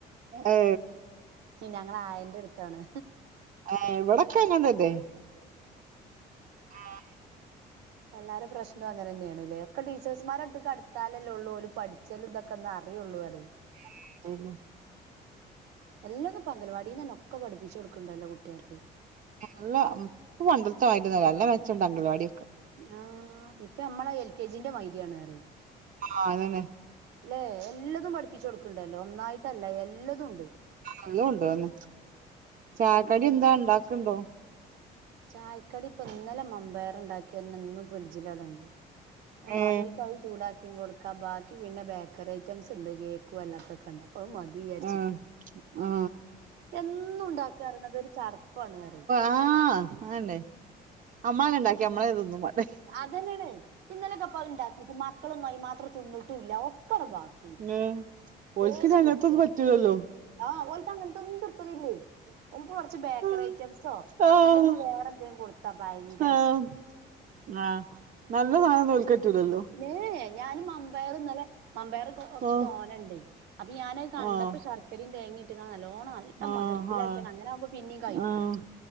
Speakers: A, on the right; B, on the right.
A: ഏ
B: ഞങ്ങള് ആയന്റെ അടുത്താണ്
A: ഹേ ഇവിടൊക്കെ അങ്ങനതെ ആഹ
B: എല്ലാര പ്രശ്നവും അങ്ങനെ തന്നെയാണല്ലേ ഒക്കെ ടീച്ചേഴ്സ്മാരെ അടുത്താലല്ലേ ഉള്ളൂ ഓല് പഠി ച്ചതും ഇതൊക്കെന്ന് അറിയെള്ളൂ പറ
A: <unintelligible>
B: എല്ലത് ഇപ്പം അങ്കൽവാടീന്നന്നെ ഒക്കെ പഠിപ്പിച്ച് കൊടുക്ണ്ടല്ലോ കുട്ട്യേക്ക്
A: ല്ല പ്പ പണ്ടത്ത മായിരുന്നല്ല അല്ല മെച്ചണ്ട് അംഗൽവാടിയൊക്കെ
B: ആഹ് ഇപ്പൊ നമ്മള എൽ കെ ജിന്റെ മായിര്യാണ് അറി
A: ആഹ് അതന്നെ
B: ല്ലെ എല്ലതും പഠിപ്പിച്ചു കൊടുക്കണ്ടല്ലോ ഒന്നായിട്ടല്ല എല്ലതുണ്ട്
A: അല്ലുണ്ടെന്നെ ചായക്കടി എന്താ ണ്ടാക്ണ്ടോ
B: ചായക്കടി ഇപ്പൊ ഇന്നലെ മമ്പയർ ഉണ്ടാക്കിന്നെ ഇന്നും ഫ്രിഡ്ജിലടെണ്ട് പിന്നെ മാണ്ട്യോൽക്ക്
A: ഏ
B: അത് ചൂടാക്കി കൊടുക്കാം ബാക്കി പിന്നെ ബേക്കറി ഐറ്റംസ് ഉണ്ട് കേ വല്ലാത്തൊക്കെണ്ട് അപ്പൊ അഹ് മതി ചാരിച്ചിക്ക
A: ആ ആ
B: എന്നുണ്ടാക്കാർഞത് ഒരു ചടപ്പാണ് അറി
A: ആഹ് ആന്നെ അമ്മളെന്നെണ്ടാക്കി അമ്മളെന്നെ തിന്നും മാണ്ടേ
B: അതന്നെണ് ഇന്നലെ കപ്പഹ് ണ്ടാക്കിട്ട് മക്കളൊന്നും അയി മാത്രം തിന്നിട്ടുല്ല ഒക്കട ബാക്കി ഇങ്ങോട്ട്
A: ഉം
B: ദേഷ്യം
A: ഓൽക്ക് അങ്ങൻത്തോന്നും
B: പിടിച്ചാണ്
A: പറ്റൂലല്ലോ
B: ആഹ് ഓൽക്ക് അങ്ങൻത്തോന്നും തിർപ്തില്ലേ ഓൻക്ക് കൊറച്ച് ബേക്കറി
A: ആ
B: ഐറ്റംസോ
A: ആഹ്
B: ഇല്ലെങ്കി വേറെ എന്തേം കൊടുത്താ ഭയങ്കര
A: ആഹ്
B: ഇഷ്
A: ആഹ് നല്ല സാനം ന്നോൽക്കറ്റുലല്ലോ
B: ന് ഞാന് മമ്പയർ ഇന്നലെ ല്ലെ മമ്പയർകൊ കൊറച്ച്
A: ഓഹ്
B: തോനണ്ടേ അപ്പി ഞാനഹ് കണ്ടപ്പോ
A: ആഹ്
B: ശർക്കരയും തേങ്ങിയി റ്റ്ങ്ങനല്ലോണം നല്ല
A: ആഹ്
B: മതിർത്തിലാക്ക അങ്ങനാവുമ്പ പിന്നിം കഴിക്കും
A: ആഹ്